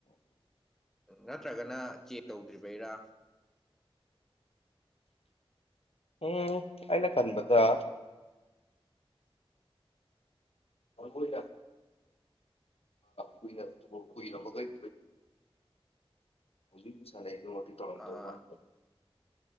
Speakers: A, in the centre; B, on the left (about 75°).
A: ꯅꯠꯇ꯭ꯔꯒꯅ ꯆꯦꯛ ꯇꯧꯗ꯭ꯔꯤꯕꯩꯔꯥ
B: ꯎꯝ ꯑꯩꯅ ꯈꯟꯕꯗ ꯍꯣꯢ ꯃꯣꯢꯅ ꯀꯨꯏ ꯀꯨꯏꯔꯄ <unintelligible> ꯍꯧꯖꯤꯛꯁꯨꯖꯤꯛ ꯁꯥꯟꯅꯩꯕ ꯃꯈꯩ ꯇꯧꯔꯝꯗꯧ
A: ꯑꯥ ꯑꯥ
B: ꯃꯥꯟꯗꯦ